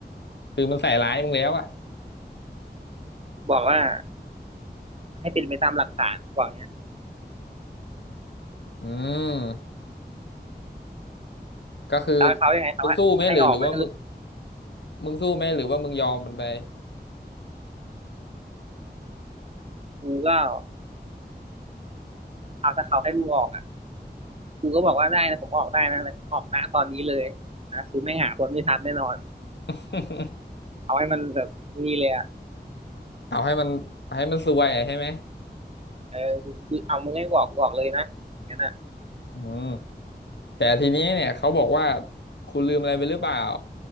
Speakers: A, on the left (about 85°); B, on the right (about 35°).
A: คือมันใส่ร้ายมึงแล้วอ่ะ
B: บอกว่าให้เป็นไปตามหลักฐานบอกเนี้ย
A: อืมก็คือ
B: แล้วเขายังไงเขาให้ออกไหมถ้าลูก
A: มึงสู้ไหมหรือหรือว่ามึงมึงสู้ไหมหรือว่ามึงยอมมันไป
B: กูก็เอาถ้าเขาให้ลูกออกอ่ะ ครูก็บอกว่าได้นะผมออกได้นะแต่ผมออกนะตอนนี้เลยนะคือไม่หาคนไม่ทันแน่นอน
A: <laughs>
B: เอาให้มันแบบนี่เลยอ่ะ
A: เอาให้มันให้มันซวยอะใช่ไหม
B: เออคือเอามึงให้บอกบอกเลยนะอย่างนั้นอ่ะ
A: อืม แต่ทีนี้เนี่ยเขาบอกว่าคุณลืมอะไรไปหรือเปล่า